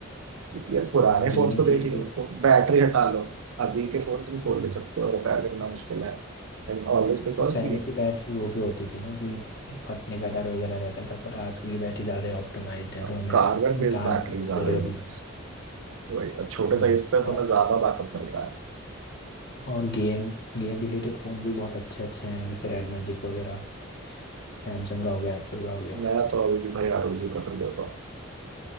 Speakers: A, on the right; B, on the left.
A: क्योंकि यार पुराने
B: गेमिंग
A: फोन को
B: के
A: देख
B: लिए
A: लो तो बैटरी हटा लो अभी के फोन तुम खोल
B: भी
A: नहीं सकते हो रिपेयर करना मुश्किल है एंड ऑल दिस बिकॉज
B: पर पहले
A: ये
B: की बैटरी वो भी होती थी ना कि फटने का डर वगैरह रहता था पर आजकल की बैटरी ज़्यादा ऑप्टिमाइज्ड है
A: अब
B: तो हमें
A: कार्बन बेस्ड
B: निकालने
A: बैटरीज
B: की कोई
A: आ
B: ज़रूरत
A: गई हैं
B: भी नहीं
A: वही अब छोटे
B: हम्म,
A: साइज पे
B: और
A: तो मैं ज्यादा बैकअप मिल रहा है
B: और गेम गेम रिलेटेड फ़ोन्स भी बहुत अच्छे अच्छे हैं जैसे रेड मैजिक वगैरह सैमसंग का हो गया एप्पल का हो गया
A: मैं तो अभी भी भाई आर ओ जी प्रेफर करता हूँ